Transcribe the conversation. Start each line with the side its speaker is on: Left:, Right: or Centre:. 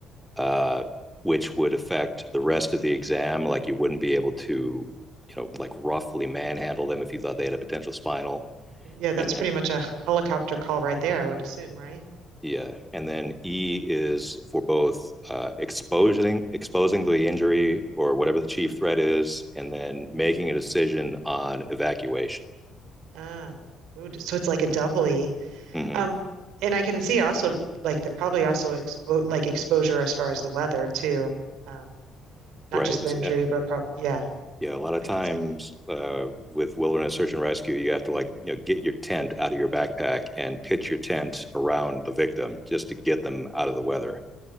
Centre: uh, which would affect the rest of the exam. Like you wouldn't be able to, you know, like roughly manhandle them if you thought they had a potential spinal.
Right: Yeah, that's
Centre: And then
Right: pretty much a helicopter call right there, I would assume, right?
Centre: Yeah, and then E is for both uh, exposing exposing the injury or whatever the chief threat is, and then making a decision on evacuation.
Right: Ah, ooh, so it's like a doubly.
Centre: hmm
Right: Um, and I can see also like the probably also expo like exposure as far as the weather too. Um, not
Centre: Right.
Right: just the injury,
Centre: Yeah,
Right: but prob yeah,
Centre: yeah. A lot of
Right: I
Centre: times
Right: could see
Centre: uh, with wilderness search and rescue, you have to like you know get your tent out of your backpack and pitch your tent around the victim just to get them out of the weather.